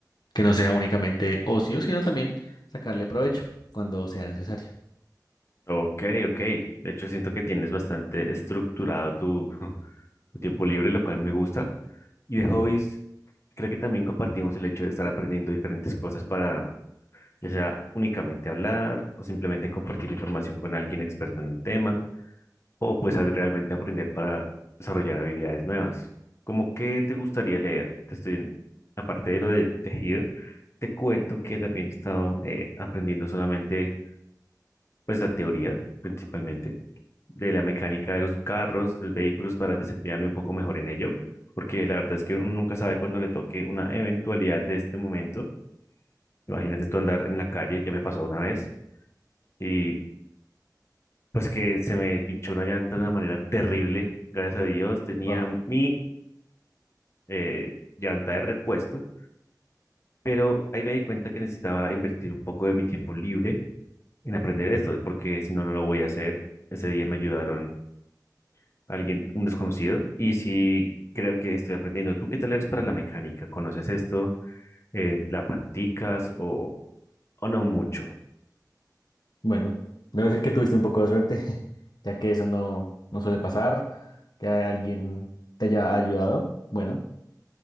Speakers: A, on the left (about 70°); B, on the left (about 40°).
A: que no sea únicamente ocio, sino también sacarle provecho cuando sea necesario.
B: Ok, ok. De hecho, siento que tienes bastante estructurado tu, <laughs> tu tiempo libre, lo cual me gusta. Y de hobbies, creo que también compartimos el hecho de estar aprendiendo diferentes cosas para, ya sea únicamente hablar o simplemente compartir información con alguien experto en el tema, o pues al realmente aprender para desarrollar habilidades nuevas. ¿Cómo qué te gustaría leer? Te estoy, aparte de lo del tejido, te cuento que también he estado eh, aprendiendo solamente pues la teoría principalmente de la mecánica de los carros, de los vehículos para desempeñarme un poco mejor en ello, porque la verdad es que uno nunca sabe cuándo le toque una eventualidad de este momento. Imagínate tú andar en la calle, ya me pasó una vez, y pues que se me pinchó una llanta de una manera terrible, gracias a Dios, tenía
A: Wow.
B: mi eh, llanta de repuesto, pero ahí me di cuenta que necesitaba invertir un poco de mi tiempo libre en aprender esto, porque si no, no lo voy a hacer. Ese día me ayudaron alguien, un desconocido, y sí creo que estoy aprendiendo. ¿Tú qué tal eres para la mecánica? ¿Conoces esto? Eh, ¿la practicas o, o no mucho?
A: Bueno, debo decir que tuviste un poco de suerte, <laughs> ya que eso no, no suele pasar, que alguien te haya ayudado. Bueno,